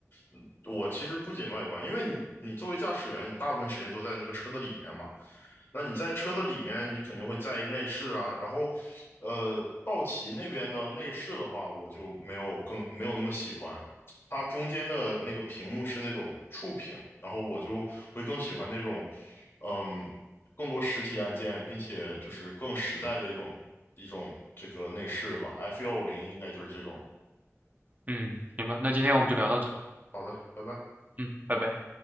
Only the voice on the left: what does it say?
嗯我其实不仅外观，因为你你作为驾驶员，你大部分时间都在那个车的里面嘛。那你在车的里面，你肯定会在意内饰啊。然后，呃，道奇那边的内饰的话，我就没有更没有那么喜欢。它中间的那个屏幕是那种触屏，然后我就会更喜欢那种，嗯，更多实体按键，并且就是更实在的一种一种这个内饰吧。F 幺五零应该就是这种的。
好的，拜拜。